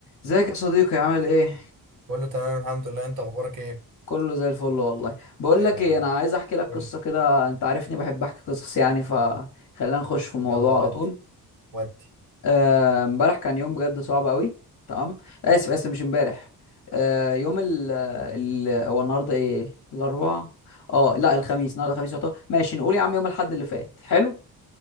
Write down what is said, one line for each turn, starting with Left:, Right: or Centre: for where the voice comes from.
Left: ازيك يا صديقي عامل ايه
Right: كله تمام الحمد لله انت اخبارك ايه
Left: كله زي الفل والله بقول
Right: دايما
Left: لك
Right: يا
Left: ايه
Right: رب
Left: انا عايز احكي لك
Right: قول
Left: قصه
Right: لي
Left: كده انت عارفني بحب احكي قصص يعني فخلينا نخش في الموضوع
Right: يلا ودي
Left: على طول
Right: ودي
Left: آه، امبارح كان يوم بجد صعب قوي تمام اسف اسف مش امبارح آه، يوم ال ال هو النهارده ايه الاربعاء اه لا الخميس النهارده الخميس يعتبر ماشي نقول يا عم يوم الاحد اللي فات حلو